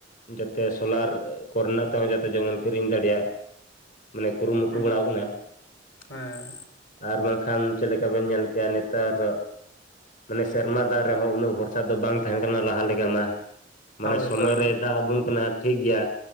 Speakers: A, on the left; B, on the left.
A: ᱡᱟᱛᱮ ᱥᱳᱞᱟᱨ ᱠᱚᱨᱮᱱᱟᱜ ᱛᱮᱦᱚᱸ ᱡᱟᱛᱮ ᱡᱮᱢᱚᱱ ᱠᱤᱨᱤᱧ ᱫᱟᱲᱮᱭᱟᱜ ᱢᱟᱱᱮ ᱠᱩᱨᱩᱢᱩᱴᱩ
B: ᱦᱩᱸ
A: ᱵᱟᱲᱟᱣ ᱠᱟᱱᱟ᱾
B: ᱦᱮᱸ
A: ᱟᱨ ᱵᱟᱝᱠᱷᱟᱱ ᱪᱮᱫ ᱞᱮᱠᱟ ᱵᱮᱱ ᱧᱮᱞ ᱠᱮᱭᱟ ᱱᱮᱛᱟᱨ ᱢᱟᱱᱮ ᱥᱮᱨᱢᱟ ᱫᱟᱜ ᱨᱮᱦᱚᱸ ᱩᱱᱟᱹᱜ ᱵᱷᱚᱨ ᱟᱫᱚ ᱵᱟᱝ ᱛᱟᱦᱮᱱ ᱠᱟᱱᱟ ᱞᱟᱦᱟ ᱞᱮᱠᱟ ᱢᱟ ᱢᱟᱱᱮ
B: ᱦᱳᱭ
A: ᱥᱚᱢᱚᱭ
B: ᱦᱳᱭ
A: ᱨᱮ ᱫᱟᱜ ᱟᱵᱚᱱ ᱠᱟᱱᱟ᱾ ᱴᱷᱤᱠ ᱜᱮᱭᱟ